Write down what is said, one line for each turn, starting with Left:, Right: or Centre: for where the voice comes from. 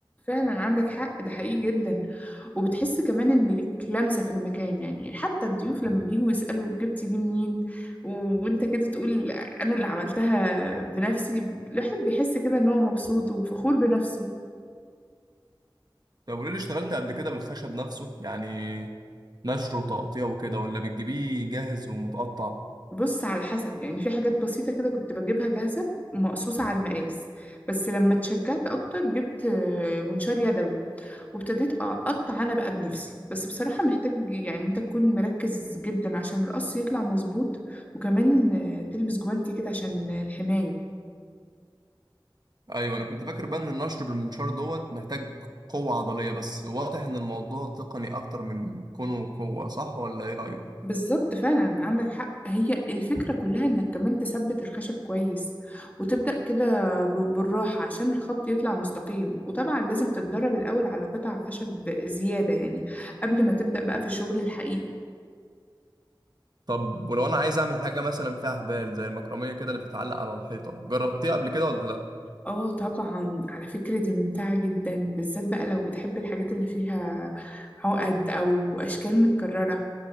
Left: فعلا عندك حق ده حقيقي جدا وبتحس كمان ان ليك لمسة في المكان يعني حتى الضيوف لما بيجوا يسألوا جبتي دي منين و... وانت كده تقول انا اللي عملتها بنفسي الواحد بيحس كده ان هو مبسوط وفخور بنفسه
Right: طب قولي لي اشتغلت قبل كده بالخشب نفسه يعني نشره وتقطيع وكده ولا بتجيبيه جاهز ومتقطع؟
Left: بص على حسب يعني في حاجات بسيطة كده كنت بجيبها جاهزة مقصوصة على المقاس بس لما اتشجعت أكتر جبت آه، منشار يدوي وابتديت أقطع أنا بقى بنفسي بس بصراحة محتاج يعني أنت تكون مركز جدا عشان القص يطلع مظبوط وكمان آه، تلبس جوانتي كده عشان الحماية
Right: ايوه انا كنت فاكر بقى ان النشر بالمنشار دوت محتاج قوه عضليه بس واضح ان الموضوع تقني اكتر من كونه قوه صح ولا ايه رايك
Left: بالظبط فعلا عندك حق هي الفكرة كلها انك كمان تثبت الخشب كويس وتبدأ كده ب- بالراحة عشان الخط يطلع مستقيم وطبعا لازم تتدرب الأول على قطع خشب زيادة يعني قبل ما تبدأ بقى في الشغل الحقيقي
Right: طب ولو انا عايز اعمل حاجه مثلا فيها حبال زي المكرميه كده اللي بتتعلق على الحيطه جربتيها قبل كده ولا لا
Left: اه طبعا على فكرة دي ممتعة جدا بالذات بقى لو بتحب الحاجات اللي فيها عقد أو أشكال متكررة